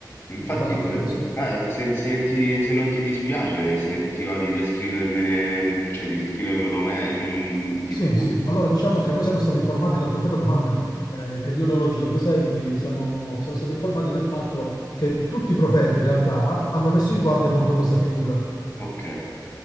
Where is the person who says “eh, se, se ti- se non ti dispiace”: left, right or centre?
Left